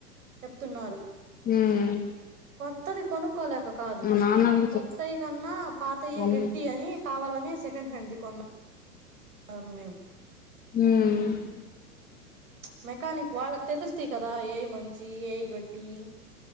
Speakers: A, on the right; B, on the left.
A: చెప్తున్నారు
B: ఉమ్
A: కొత్తది కొనుక్కోలేక కాదు
B: నాన్న కూడా
A: కొత్తయి
B: చెప్
A: కన్నా పాతయే
B: అవును
A: గట్టి అని కావాలని సెకండ్ హ్యాండ్ది కొన్నా మేము
B: ఉహు
A: ఉమ్ మెకానిక్ వాళ్ళకి తెలుస్తయి కదా ఏయ్ మంచియి ఏయ్ గట్టియి